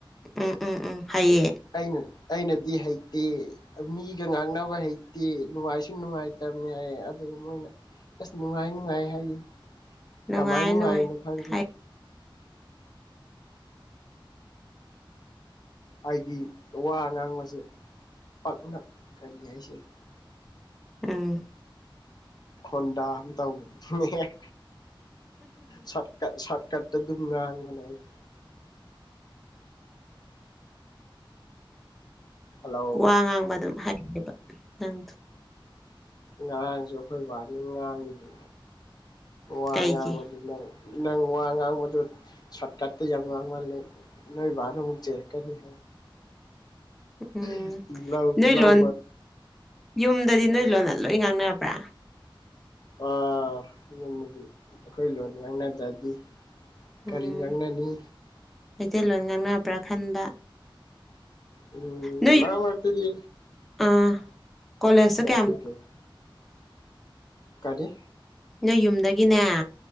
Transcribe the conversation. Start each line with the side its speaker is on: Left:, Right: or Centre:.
Centre: ꯎꯝ ꯎꯝ ꯎꯝ ꯍꯏꯌꯦ
Left: ꯑꯩꯅ ꯑꯩꯅꯗꯤ ꯍꯩꯇꯦ ꯃꯤꯒ ꯉꯥꯡꯅꯕ ꯍꯩꯇꯦ ꯅꯨꯡꯉꯥꯏꯁꯨ ꯅꯨꯡꯉꯥꯏꯇꯕꯅꯤ ꯍꯥꯏꯌꯦ ꯑꯗꯨ ꯃꯣꯏꯅ ꯑꯁ ꯅꯨꯡꯉꯥꯏ ꯅꯨꯡꯉꯥꯏ ꯍꯥꯏꯌꯦ
Centre: ꯅꯨꯡꯉꯥꯏ
Left: ꯀꯃꯥꯏ ꯅꯨꯡꯉꯥꯏꯔꯤꯅꯣ
Centre: ꯅꯨꯡꯉꯥꯏ
Left: ꯈꯪꯗꯦ
Centre: ꯍꯥꯏ
Left: ꯍꯥꯏꯗꯤ ꯋꯥ ꯉꯥꯡꯕꯁꯦ ꯄꯛꯅ ꯀꯔꯤ ꯍꯥꯏꯁꯤꯒꯦ
Centre: ꯎꯝ
Left: ꯈꯣꯟꯗꯥ ꯑꯃꯝ ꯇꯧꯕꯅꯤꯅꯦꯠ ꯁꯠ ꯀꯠ ꯀꯠꯇ ꯑꯗꯨꯝ ꯉꯥꯡꯕꯅꯦ ꯑꯩꯗꯤ ꯍꯜꯂꯣ
Centre: ꯋꯥ ꯉꯥꯡꯕ ꯑꯗꯨꯝ ꯍꯩꯌꯦꯕ ꯅꯪꯗꯨ
Left: ꯅꯥꯍꯟꯁꯨ ꯑꯈꯣꯏ ꯕꯥꯅ ꯉꯥꯡꯉꯤꯅꯦ ꯋꯥ
Centre: ꯀꯩꯒꯤ
Left: ꯉꯥꯡꯕꯗꯤꯃꯩ ꯅꯪ ꯋꯥ ꯉꯥꯡꯕꯗꯨ ꯁꯣꯠ ꯀꯠꯇ ꯌꯥꯝ ꯉꯥꯡꯃꯜꯂꯦ ꯅꯣꯏ ꯕꯅ ꯑꯃꯨꯛ ꯆꯩꯔꯛꯀꯅꯤ <unintelligible>
Centre: ꯎꯝ
Left: <unintelligible> ꯂꯧ
Centre: ꯅꯣꯏ
Left: ꯂꯧ
Centre: ꯂꯣꯟ ꯌꯨꯝꯗꯗꯤ ꯅꯣꯏ ꯂꯣꯟꯅ ꯂꯣꯏ ꯉꯥꯡꯅꯕ꯭ꯔꯥ
Left: ꯑꯥ ꯌꯨꯝꯗꯗꯤ ꯑꯩꯈꯣꯏ ꯂꯣꯟ ꯉꯥꯡꯅꯗ꯭ꯔꯗꯤ
Centre: ꯎꯝ
Left: ꯀꯔꯤ ꯉꯪꯅꯅꯤ
Centre: ꯃꯩꯇꯩꯂꯣꯟ ꯉꯥꯡꯅꯕ꯭ꯔꯥ ꯈꯟꯕ
Left: ꯎꯝ
Centre: ꯅꯣꯏ
Left: ꯃꯔꯛ ꯃꯔꯛꯇꯗꯤ
Centre: ꯑꯥ ꯀꯣꯂꯦꯖ
Left: ꯀꯩ
Centre: ꯀꯌꯥꯝ
Left: ꯑꯩꯈꯣꯏ ꯀꯩ ꯀꯔꯤ
Centre: ꯅꯣꯏ ꯌꯨꯝꯗꯒꯤꯅꯦ